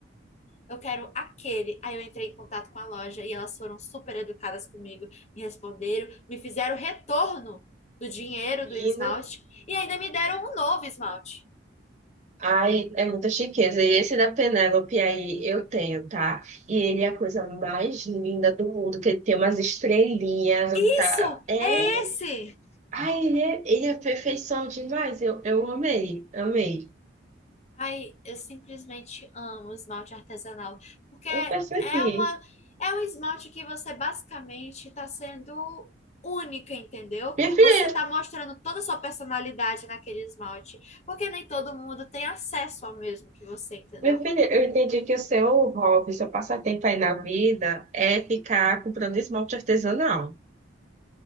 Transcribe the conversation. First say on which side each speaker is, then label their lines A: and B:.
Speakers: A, on the left (about 35°); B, on the right (about 40°).
A: eu quero aquele. Aí eu entrei em contato com a loja e elas foram super educadas comigo, me responderam, me fizeram retorno do dinheiro
B: Menina.
A: do esmalte e ainda me deram um novo esmalte.
B: Ai, é muita chiqueza. E esse da Penélope aí eu tenho, tá? E ele é a coisa mais linda do mundo, que ele tem umas estrelinhas,
A: Isso!
B: tá? É.
A: É esse!
B: Ai, ele é, ele é perfeição demais. Eu, eu amei, amei.
A: Ai, eu simplesmente amo esmalte artesanal, porque é
B: Eu percebi.
A: uma é um esmalte que você basicamente está sendo única, entendeu?
B: Minha filha,
A: Você está mostrando toda a sua personalidade naquele esmalte, porque nem todo mundo tem acesso ao mesmo que você, entendeu?
B: Meu filho, eu entendi que o seu hobby, seu passatempo aí na vida é ficar comprando esmalte artesanal.